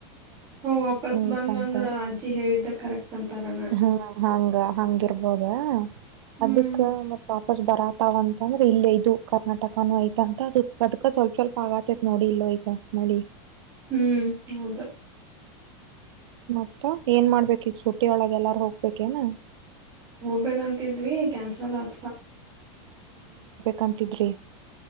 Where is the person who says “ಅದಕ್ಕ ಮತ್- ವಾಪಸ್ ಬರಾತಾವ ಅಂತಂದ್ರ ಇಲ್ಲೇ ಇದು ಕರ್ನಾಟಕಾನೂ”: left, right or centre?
Right